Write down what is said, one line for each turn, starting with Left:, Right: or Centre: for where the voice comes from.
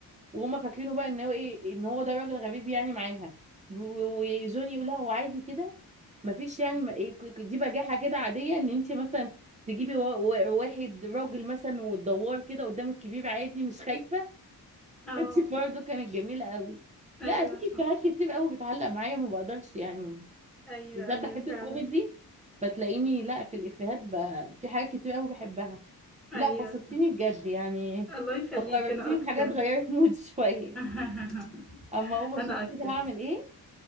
Right: وهما فاكرينه بقى ان هو ايه ان هو ده راجل غريب يعني معاها و- وجوني يقول لها هو عادي كده مفيش يعني ما إيه ك- دي بجاحة كده عادية ان انت مثلا تجيبي وا- وا- واحد راجل مثلا وتدور كده قدام الكبير عادي مش خايفة
Centre: اه
Right: كانتش برضه كانت جميلة قوي لا
Centre: أيوة
Right: في إفيهات كتير قوي بتعلق معايا ما بقدرش يعني
Centre: أيوة
Right: بالذات
Centre: أيوة
Right: بحب
Centre: فعلا
Right: الكوميدي فتلاقيني لا في الإفيهات بقى في حاجات كتير قوي بحبها لا
Centre: أيوة
Right: بسطتيني بجد يعني
Centre: الله يخليك
Right: فكرتيني
Centre: أنا أكتر
Right: بحاجات غيرت <laughs> مودي شوية
Centre: <laughs>
Right: أما أقوم أشوف
Centre: أنا أكتر
Right: كده هعمل إيه